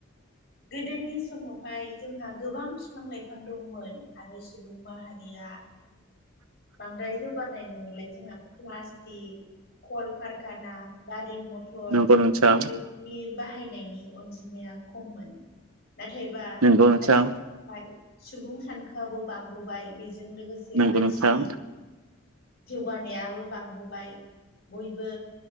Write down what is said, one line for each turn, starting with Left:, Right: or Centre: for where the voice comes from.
Left: गोदोनि समावहाय जोंहा गोबां बिफां लाइफां दंमोन आरो सुबुं माहारिया बांग्राय जोगानाय नुयोलाय जोङा प्लासटिक कलकारखाना गारि म टर
Right: नंगौ नोंथां
Left: बेफोरनि बाहायनायनि अनजिमाया खममोन। नाथायबा
Right: नंगौ नोंथां
Left: आथिखालावहाय सुबुं सानखोआबो बांबोबाय बेजों लोगोसे जे
Right: नंगौ
Left: मानसिनि
Right: नोंथां
Left: जौगानायाबो बांबोबाय बयबो